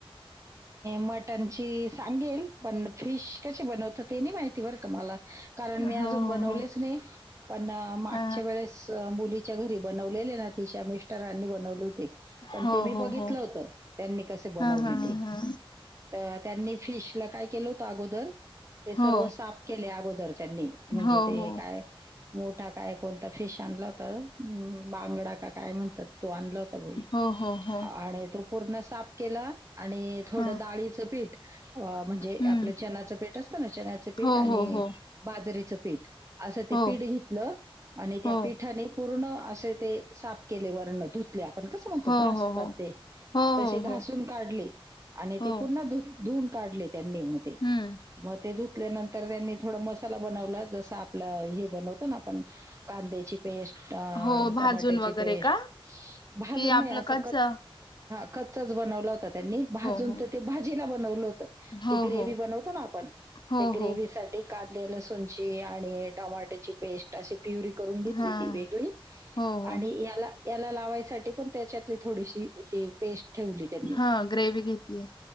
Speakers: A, on the right; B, on the left.
A: मटण ची सांगेल पण फिश कशी बनवत ते नाही माहिती. अजून
B: हो
A: मी बनवलं
B: हो
A: नाही पण मागच्या
B: हा
A: वेळेस मुलीच्या घरी बनवले. तिच्या मिस्टरांनी बनवलं होतं पणते
B: हो
A: मी बघितलं
B: हो हो
A: होतं त्यांनी कसं बनवलं
B: हा हा
A: ते
B: हा
A: तर त्यांनी फिश ला काय केलं होत अगोदर ते सर्व
B: हो
A: साफ केले अगोदर. त्यांनी म्हणजे
B: हो
A: ते
B: हो
A: काय. मोठा काय कोणता फिश आणला होता बांगडा का काय म्हणतात. तो आणला होता बई
B: हो हो हो
A: आणि तो पूर्ण साफ केला. आणि थोडं
B: ह
A: डाळीचं पीठ. अ म्हणजे
B: हम्म
A: आपलं चनाचं पीठ असतं ना चण्याचं पीठ
B: हो
A: आणि
B: हो हो
A: बाजरीचं पीठ. असं ते
B: हो
A: पीठ घेतलं आणि त्या
B: हो
A: पिठाने पूर्ण असे ते साफ केले वर्ण धुतल्या. आपण कसं म्हणतो
B: हो
A: घासतात
B: हो हो
A: ते
B: हो
A: तसे
B: हो
A: घासून
B: हो
A: काढले. आणि
B: हो
A: ते पुन धुून काढले त्यांनी मग ते
B: हम्म
A: मग ते धुतल्यानंतर. तर त्यांनी थोडा मसाला बनवला जस आपलं हे बनवत ना आपण कांद्याची. पेस्
B: हो भाजून
A: टमाट्याची
B: वगैरे
A: पेस्ट
B: का
A: भाजून
B: कि
A: नाही
B: आपलं
A: अस
B: कच हो
A: कच कच्चाच बनवला होता त्यांनी भाजून
B: हो
A: तर ते भाजीला बनवलं होत.
B: हो
A: जी ग्रेव्ही
B: हो
A: बनवतो ना आपण
B: हो
A: त्या ग्रेव्हीसाठी
B: हो
A: कांदा. लसूणची आणि टमाट्याची पेस्ट अशी प्युरी करून घेतली
B: हा
A: ती वेगळी
B: हो हो
A: आणि याला याला लावायसाठी पण त्याच्यातली थोडीशी ती पेस्ट ठेवली त्यांनी
B: हा ग्रेव घेतली.